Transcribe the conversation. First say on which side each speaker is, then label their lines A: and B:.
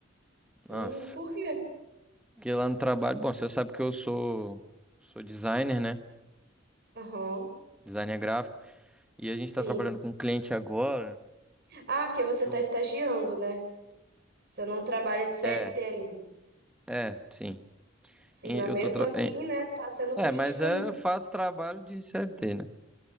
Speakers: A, in the centre; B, on the right.
A: Nossa.
B: Hum, por quê?
A: Porque lá no trabalho, bom, você sabe que eu sou, sou designer, né?
B: Aham,
A: Designer gráfico. E a gente
B: sim.
A: tá trabalhando com um cliente agora.
B: Ah, porque você
A: do-
B: tá estagiando, né? Você não trabalha de CLT
A: É,
B: ainda.
A: é, sim.
B: Sim,
A: E
B: mas
A: Eu
B: mesmo
A: tô tra-
B: assim,
A: É,
B: né, tá sendo
A: é,
B: bucha
A: mas
B: de canhão.
A: é, eu faço trabalho de CLT, né?